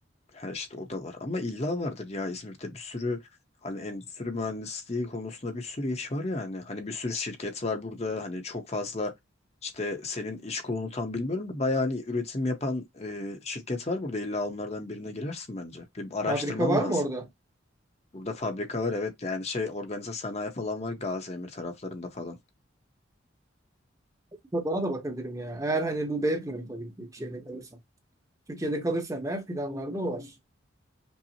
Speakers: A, on the left (about 35°); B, on the right (about 15°).
A: Ha işte o da var. Ama illa vardır ya İzmir'de bir sürü hani endüstri mühendisliği konusunda bir sürü iş var yani. Hani bir sürü şirket var burada. Hani çok fazla işte senin iş kolunu tam bilmiyorum da bayağı hani üretim yapan e, şirket var burada. İlla onlardan birine girersin bence. Bir araştırman
B: Fabrika var
A: lazım.
B: mı orada?
A: Burada fabrika var evet yani şey organize sanayi falan var Gaziemir taraflarında falan.
B: Bana da bakabilirim ya. Eğer hani bu B planı tabii ki bir şeyle kalırsam. Türkiye'de kalırsam eğer planlarda o var.